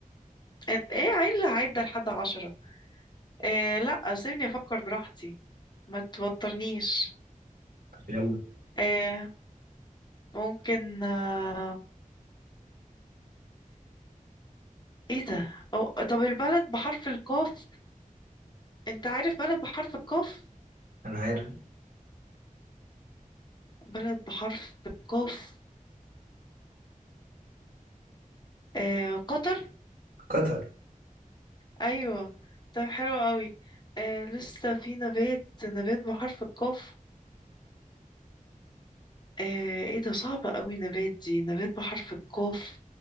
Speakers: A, on the left; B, on the right.
A: ايه إيه؟ عيل عدى لحد عشرة إيه لا سيبني افكر براحتي ما توترنيش
B: طب يلا
A: إيه ممكن آه، ايه ده أو طب البلد بحرف القاف انت عارف بلد بحرف القاف
B: انا عارف
A: بلد بحرف القاف آه قطر
B: قطر
A: ايوه طب حلو قوي آه لسه في نبات نبات بحرف القاف آه ايه ده صعبة قوي نبات دي نبات بحرف القاف